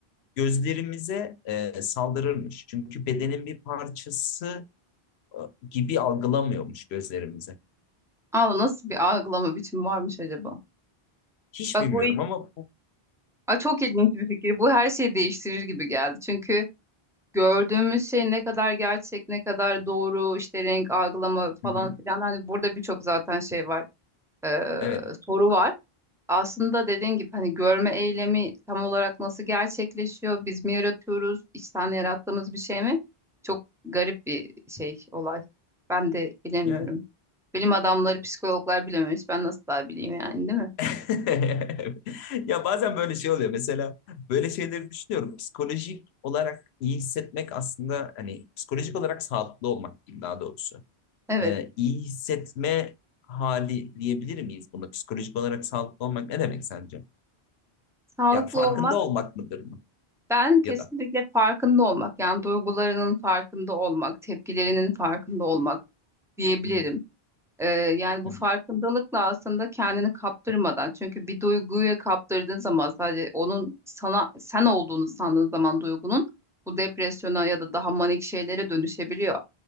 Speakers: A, on the left (about 80°); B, in the centre.
A: gözlerimize e, saldırırmış. Çünkü bedenin bir parçası e, gibi algılamıyormuş gözlerimize.
B: Allah nasıl bir algılama biçimi varmış acaba?
A: Hiç
B: Bak
A: bilmiyorum
B: bu
A: ama bu...
B: Aa, çok ilginç bir fikir. Bu her şeyi değiştirir gibi geldi. Çünkü gördüğümüz şey ne kadar gerçek, ne kadar doğru, işte renk algılama falan
A: Hı hı.
B: filan. Hani burada birçok zaten şey var, ee,
A: Evet.
B: soru var. Aslında dediğin gibi hani görme eylemi tam olarak nasıl gerçekleşiyor? Biz mi yaratıyoruz? İçten yarattığımız bir şey mi? Çok garip bir şey olay. Ben de bilemiyorum.
A: Evet.
B: Bilim adamları, psikologlar bilememiş. Ben nasıl daha bileyim yani, değil mi?
A: <laughs> Ya bazen böyle şey oluyor. Mesela böyle şeyleri düşünüyorum. Psikolojik olarak iyi hissetmek aslında hani psikolojik olarak sağlıklı olmak diyeyim daha doğrusu.
B: Evet.
A: Ee, iyi hissetme hali diyebilir miyiz buna? Psikolojik olarak sağlıklı olmak ne demek sence?
B: Sağlıklı
A: Ya farkında
B: olmak,
A: olmak mıdır mı?
B: ben kesinlikle
A: Ya da.
B: farkında olmak, yani duygularının farkında olmak, tepkilerinin farkında olmak diyebilirim.
A: Hı hı,
B: Ee, yani
A: hı
B: bu
A: hı.
B: farkındalıkla aslında kendini kaptırmadan çünkü bir duyguya kaptırdığın zaman sadece onun sana sen olduğunu sandığın zaman duygunun bu depresyona ya da daha manik şeylere dönüşebiliyor.